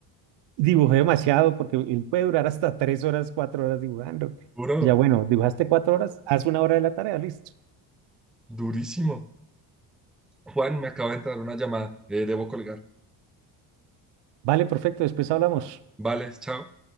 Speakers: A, on the right; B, in the centre.
A: dibujé demasiado, porque él puede durar hasta tres horas, cuatro horas dibujando.
B: duro,
A: Ya bueno, dibujaste cuatro horas, haz una hora de la tarea, listo.
B: durísimo. Juan, me acaba de entrar una llamada, eh, debo colgar.
A: Vale, perfecto, después hablamos.
B: Vale, chao.